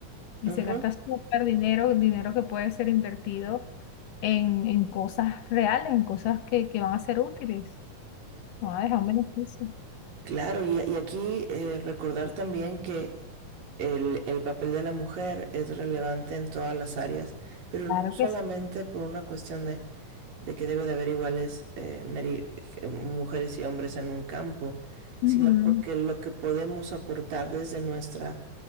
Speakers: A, on the left; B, on the right.
A: Y se
B: Ujú.
A: gasta súper dinero, dinero que puede ser invertido en, en cosas reales, en cosas que, que van a ser útiles, van a dejar un beneficio.
B: Claro, y, y aquí eh, recordar también que El, el papel de la mujer es relevante en todas las áreas, pero
A: Claro
B: no solamente
A: que sí.
B: por una cuestión de, de que debe de haber iguales eh, meri- eh, mujeres y hombres en un campo,
A: Ujú.
B: sino porque lo que podemos aportar desde nuestra,